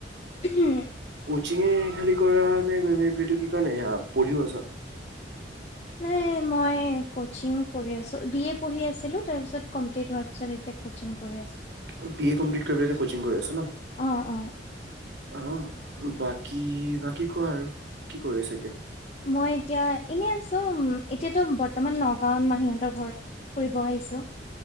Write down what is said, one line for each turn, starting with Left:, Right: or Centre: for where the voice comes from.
Left: উম।
Right: কিঙ খালি কৰা নে গৈ ম এইটো কি কাৰ নে স পঢ়িও আছ?
Left: এই মই কোচিং কৰি আছো, বি এ পঢ়ি আছিলো, তাৰপিছত এতিয়া কমপ্লিত হোৱা পিছত এতিয়া কোচিং কৰি আছো।
Right: অ' বি এ কমপ্লিট কৰি কচিং কৰি আছা ন?
Left: অ অ
Right: আহ বাকী বাকী কোৱা আৰু কি কৰি আছে এতিয়া?
Left: মই এতিয়া এনে আছো এতিয়াতো বৰ্তমান নগাঁওত মাহীহঁতৰ ঘৰত ফুৰিব আহিছো।